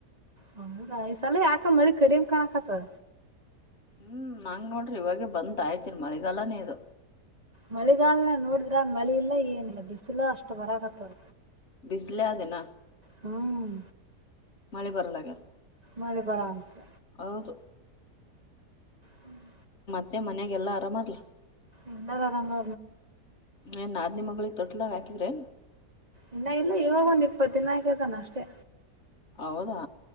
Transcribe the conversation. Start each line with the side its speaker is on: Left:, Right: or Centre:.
Right: ಹೌದ ಈಸಲ ಯಾಕ ಮಳಿ ಕಡಿಮ ಕಾಣಕತದ
Left: ಹ್ಮ್ ಹಂಗ್ ನೋಡಿರ್ ಇವಾಗೆ ಬಂದ ಆಯ್ತ ಇನ್ ಮಳಿಗಾಲನೇ ಇದು
Right: ಮಳಿಗಾಲನ ನೋಡಿದ್ರ ಮಳಿ ಇಲ್ಲ ಏನಿಲ್ಲ ಬಿಸಲಾ ಅಷ್ಟ ಬರಾಕತದ
Left: ಬಿಸಲೇ ಆದ್ ಹಿನಾ
Right: ಹ್ಮ್
Left: ಮಳಿ ಬರಲಾಗ್ಯದ
Right: ಮಳಿ ಬರಾಂತು
Left: ಹೌದು
Right: ಹ್ಮ್
Left: ಮತ್ತೆ ಮನ್ಯಾಗಲ್ಲಾ ಆರಾಮ ಮಾಡ್ಲ
Right: ಎಂತ ಕಾರರ
Left: ಏ ನ ನಾದಿನಿ ಮಗಳಿಗೆ ತೊಟಲದಾಗ ಹಾಕಿದ್ರೇ
Right: ಇನ್ನ ಇಲ್ಲ ಇವಾಗ ಒಂದ್ ಇಪ್ಪತ್ತು ದಿನ ಆಕತಾನ ಅಷ್ಟೇ
Left: ಹೌದಾ